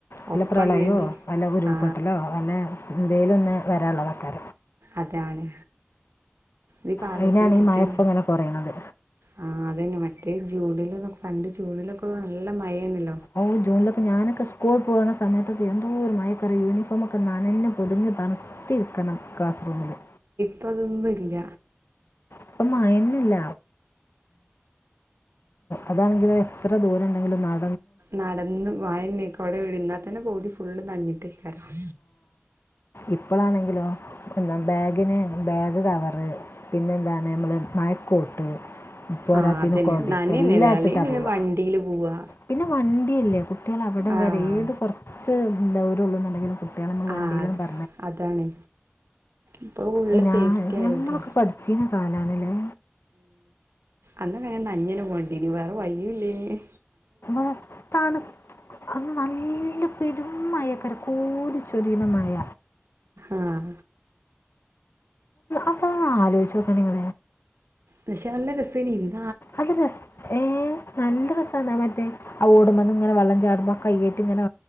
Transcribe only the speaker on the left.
വല്ല
പ്രളയമോ
വല്ല ഉരുൾപൊട്ടലോ
വല്ല ഇന്തയിലൊന്ന് വരാനുള്ളത ആക്കാ
അതിനാണ്
ഈ മയപ്പം ഇങ്ങനെ കുറയണത്
ഓ ജൂണിലൊക്കെ ഞാനൊക്കെ സ്കൂൾ പോകുന്ന സമയത്തൊക്കെ എന്തോര്മാഴയാ. ക്കറ യൂണിഫോമൊക്കെ നാനഞ്ഞ് കുതിന്ന് തണുത്തിരിക്കണം ക്ലാസ് റൂമില്.
ഇപ്പൊ മയനില്ല അതാണെങ്കില് എത്ര ദൂരം ഉണ്ടെങ്കിലും. നാൾ
ഇപ്പളാണെങ്കിലോ എന്താ ബാഗിന് ബാഗ് കവറ് പിന്നെന്താണ് നമ്മള് മയക്കോട്ട് പോരാത്തിന്
കോണ്ടേ
എല്ലാം ഇട്ടിട്ടാ
പോവ
പിന്നെ വണ്ടിയല്ലേ കുട്ടികൾ അവിടം
വരെ ഏത് കുറച്ച് എന്താ ള്ളുന്നുണ്ടെങ്കിലും കുട്ടികളെ നമ്മൾ
വണ്ടിയിലൊന്നു
പ
അ ഞാൻ
ഞമ്മളൊക്കെ പഠിച്ചിരുന്ന കാലാണല്ലേ!.
അതാണ് അത് നല്ല പെരുും മയക്കരക്കൂല ചൊരീനമായ
അപ്പൊ ആലോചിച്ചു നോക്ക നിങ്ങ
അത് രസ ഏ നല്ല രസന്നാ മറ്റേ ആ ഓടുമ്പ ഇങ്ങെ വെം ചാടുമ്പോൾ കയ്യറ്റിങ്ങനെ